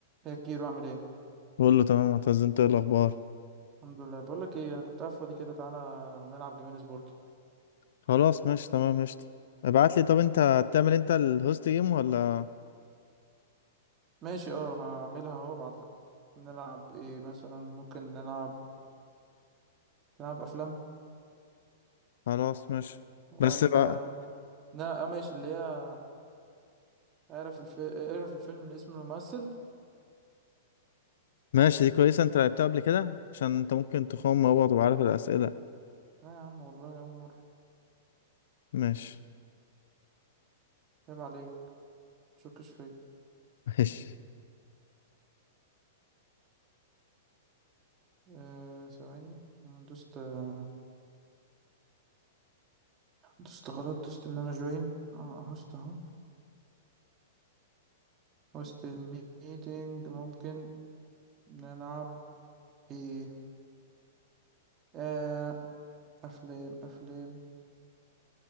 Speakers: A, on the right; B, on the left.
A: ايه كيرو عامل ايه
B: بقول له تمام معتز انت ايه الاخبار
A: الحمد لله بقول لك ايه انا كنت قاعد فاضي كده تعالى نلعب جيمينيز بورك
B: خلاص ماشي تمام ماشي ابعت لي طب انت هتعمل انت الهوست جيم ولا
A: ماشي اه هعملها اهو ابعت لك نلعب ايه مثلا ممكن نلعب نلعب افلام
B: خلاص ماشي
A: ولا
B: بس بقى
A: لا اه ماشي اللي هي اعرف الف... اعرف الفيلم من اسم الممثل
B: ماشي دي كويسه انت لعبتها قبل كده عشان انت ممكن تخوم مع بعض وعارف الاسئله
A: لا يا عم والله يا عمر
B: ماشي
A: عيب عليك تشكش فيا
B: <laughs> ماشي
A: آه، ثواني عشان أنا دوست آه، دوست غلط دوست ان انا جوين اه هوست اهو هوست الميتنج ممكن نلعب ايه آه، أفلام أفلام